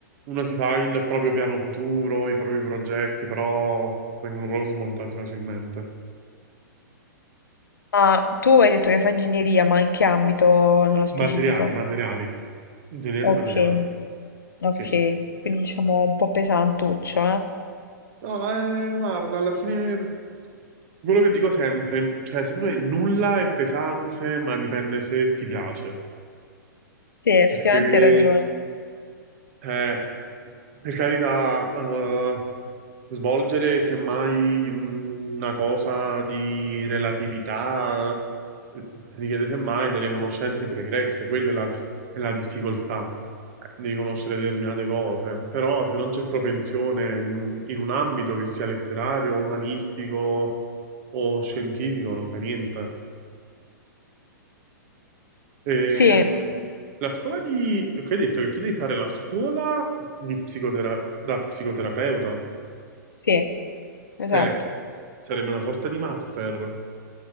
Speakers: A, on the right; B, on the left.
A: uno si fa il proprio piano futuro, i propri progetti, però vengono proprio smontati facilmente.
B: Ah, tu hai detto che fai ingegneria, ma in che ambito nello specifico?
A: Materiali, materiali, ingegneria
B: Ok,
A: dei materiali,
B: ok,
A: sì.
B: quindi diciamo un po' pesantuccio, eh?
A: No, eh, guarda, alla fine quello che dico sempre, cioè, secondo me nulla è pesante, ma dipende se ti piace.
B: Sì, effettivamente
A: Perché
B: hai ragione.
A: eh, per carità, eh, svolgere semmai mh, una cosa di relatività eh, richiede semmai delle conoscenze pregresse, quella è la, è la difficoltà eh, di conoscere determinate cose, però se non c'è propensione in, un in un ambito che sia letterario, umanistico o scientifico, non fa niente. Ehm,
B: Sì,
A: la scuola di... che hai detto che tu devi fare la scuola di psicotera- da psicoterapeuta,
B: sì, esatto.
A: cioè sarebbe una sorta di master.